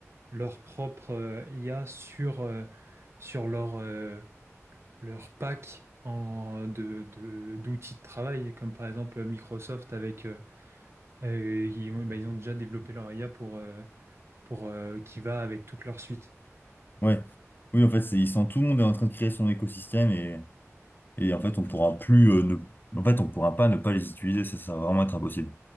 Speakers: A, on the right (about 55°); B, on the left (about 40°).
A: leur propre euh, IA sur, euh, sur leur, euh, leur pack en, de, de- d'outils de travail, comme par exemple Microsoft avec euh, euh, ils, ont, bah, ils ont déjà développé leur IA pour, euh, pour euh, qui va avec toute leur suite.
B: Ouais. Oui, en fait, c'est, ils sont, tout le monde est en train de créer son écosystème et Et en fait, on pourra plus, euh, ne... en fait, on pourra pas ne pas les utiliser. Ça, ça va vraiment être impossible.